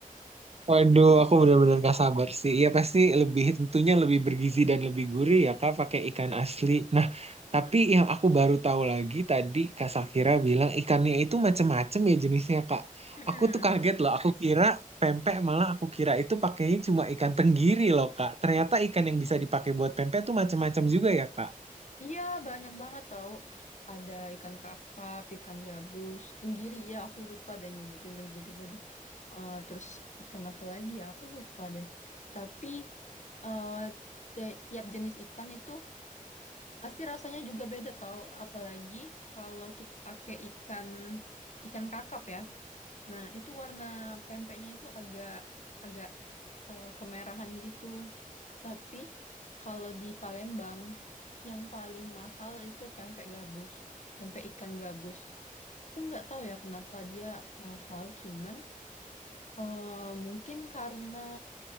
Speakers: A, on the right (about 45°); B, on the left (about 55°).
A: Waduh, aku benar-benar gak sabar sih. Iya pasti lebih tentunya lebih bergizi dan lebih gurih ya Kak pakai ikan asli. Nah, tapi yang aku baru tahu lagi tadi Kak Sakira bilang ikannya itu macem-macem ya jenisnya Kak.
B: Mm-mm.
A: Aku tuh kaget loh. Aku kira pempek malah aku kira itu pakainya cuma ikan tenggiri loh Kak. Ternyata ikan yang bisa dipakai buat pempek tuh macem-macem juga ya Kak.
B: Iya banyak banget tau. Ada ikan kakap, ikan gabus, tenggiri ya aku lupa dan nyebutin tenggiri tadi. Eh, terus ikan apa lagi ya aku lupa deh. Tapi eh, ti- tiap jenis ikan itu Pasti rasanya juga beda tau, apalagi kalau kita pakai ikan ikan kakap ya. Nah, itu warna pempeknya itu agak agak eh, kemerahan gitu. Tapi kalau di Palembang yang paling mahal itu pempek gabus, pempek ikan gabus. Aku nggak tahu ya kenapa dia mahal, cuman eh, mungkin karena